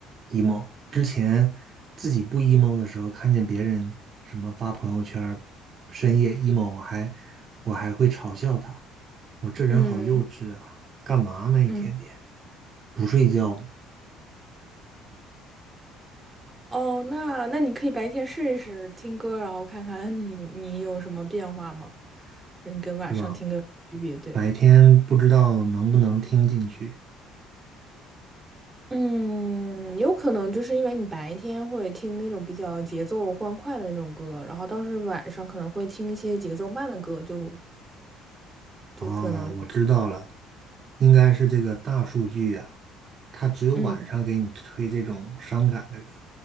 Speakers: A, on the right; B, on the right.
A: emo。之前自己不 emo 的时候，看见别人什么发朋友圈儿深夜 emo，我还我还会嘲笑他，我说这人好幼稚啊，
B: 嗯
A: 干嘛呢一天天
B: 嗯，
A: 不睡觉
B: 哦，那那你可以白天试一试听歌，然后看看你你有什么变化吗？你跟晚上听歌有区别，
A: 是吧？
B: 对。
A: 白天不知道能不能听进去。
B: 嗯，有可能就是因为你白天会听那种比较节奏欢快的那种歌，然后倒是晚上可能会听一些节奏慢的歌，就
A: 啊，
B: 就可能，
A: 我知道了，应该是这个大数据呀、它只有晚上给你推这种伤感的歌，
B: 嗯，